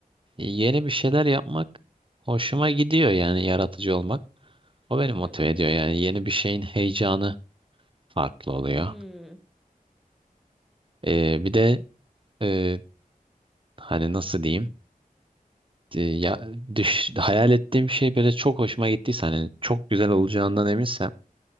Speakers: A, on the right; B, in the centre.
A: yeni bir şeyler yapmak hoşuma gidiyor yani yaratıcı olmak. O beni
B: Hı
A: motive
B: hı.
A: ediyor yani yeni bir şeyin heyecanı farklı oluyor.
B: Hmm.
A: Ee, bir de e, hani nasıl diyeyim E, ya düş, hayal ettiğim şey böyle çok hoşuma gittiyse hani çok güzel olacağından eminsem